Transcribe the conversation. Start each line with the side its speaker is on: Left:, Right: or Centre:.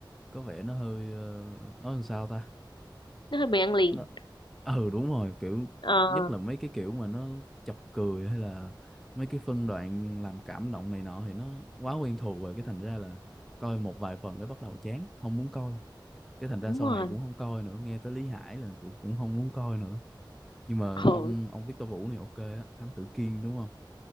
Centre: có vẻ nó hơi ờ, nói làm sao ta
Left: nó hơi bị ăn liền
Centre: nó, ừ đúng rồi kiểu
Left: ờ
Centre: nhất là mấy cái kiểu mà nó chọc cười hay là mấy cái phân đoạn làm cảm động này nọ thì nó quá quen thuộc rồi cái thành ra là coi một vài phần cái bắt đầu chán không muốn coi cái thành ra
Left: đúng
Centre: sau
Left: rồi
Centre: này cũng không coi nữa nghe tới Lý Hải là cũng cũng không muốn coi nữa nhưng mà
Left: ừ,
Centre: ông ông Victor Vũ này ok á Thám Tử Kiên đúng không